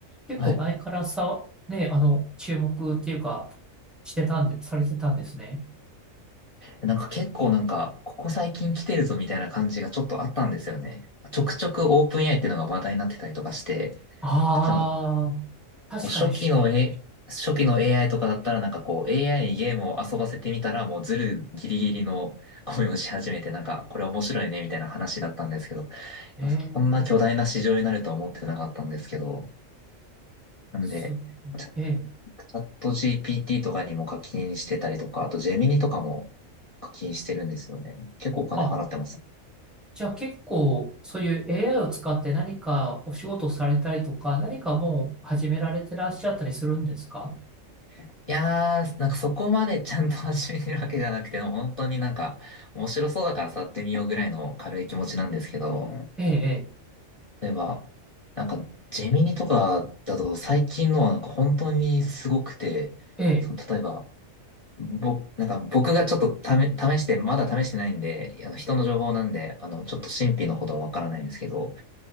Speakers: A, in the centre; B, on the left.
A: 結構前からさ、
B: はい。
A: ね、あの、注目っていうか、してたんで、されてたんですね。
B: なんか結構なんか、ここ最近来てるぞみたいな感じがちょっとあったんですよね。ちょくちょくオープン AI っていうのが話題になってたりとかして、
A: あ
B: 例えば
A: あ、
B: こう初期の、
A: 確かにし、
B: A、初期の AI とかだったらなんかこう AI にゲームを遊ばせてみたらもうズルギリギリの声をし始めてなんかこれ面白いねみたいな話だったんですけど、い
A: えー、
B: やこんな巨大な市場になるとは思ってなかったんですけど、なんで、
A: す、
B: チャチ
A: えー、
B: ャット GPT とかにも課金してたりとか、あとジェミニとかも課金してるんですよね。結構お金払ってます。
A: あ、じゃあ結構そういう AI を使って何かお仕事されたりとか、何かもう始められてらっしゃったりするんですか
B: いやー、なんかそこまでちゃんと始めてるわけじゃなくて、でも本当になんか面白そうだから触ってみようぐらいの軽い気持ちなんですけど、
A: ええ、
B: 例えば、なんか、ジェミニとかだと最近のはなんか本当にすごくて、
A: ええ、
B: その例えば、僕、なんか僕がちょっと試、試して、まだ試してないんで、あの人の情報なんで、あの、ちょっと神秘のほどわからないんですけど、